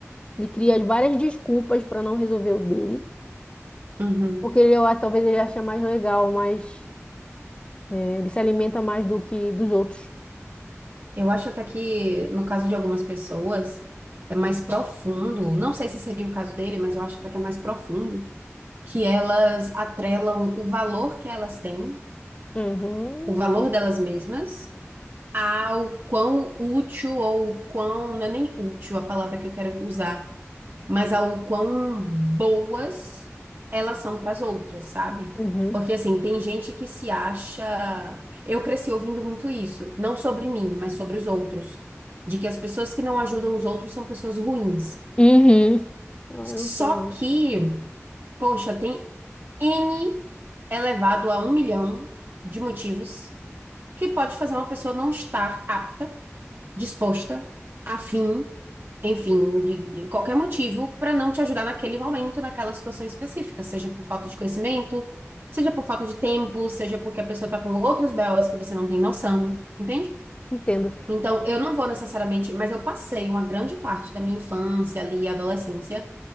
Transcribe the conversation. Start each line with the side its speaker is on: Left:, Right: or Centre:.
Left: ele cria várias desculpas para não resolver o dele,
Right: Uhum.
Left: porque ele, eu acho, talvez ele acha mais legal, mais, eh, ele se alimenta mais do que dos outros.
Right: Eu acho até que, no caso de algumas pessoas, é mais profundo. Não sei se seria o caso dele, mas eu acho até que é mais profundo que elas atrelam o valor que elas têm,
Left: Uhum.
Right: o valor delas mesmas, ao quão útil ou quão, não é nem útil a palavra que eu quero usar, mas ao quão boas elas são para as outras, sabe?
Left: Uhum.
Right: Porque assim, tem gente que se acha. Eu cresci ouvindo muito isso, não sobre mim, mas sobre os outros, de que as pessoas que não ajudam os outros são pessoas ruins.
Left: Uhum. Não,
Right: Só
Left: eu não sou muito.
Right: que, poxa, tem N elevado a um milhão de motivos que pode fazer uma pessoa não estar apta, disposta, afim, enfim, de, de qualquer motivo, para não te ajudar naquele momento, naquela situação específica, seja por falta de conhecimento, seja por falta de tempo, seja porque a pessoa está com outros belas que você não tem noção, entende?
Left: Entendo.
Right: Então, eu não vou necessariamente, mas eu passei uma grande parte da minha infância ali, e adolescência,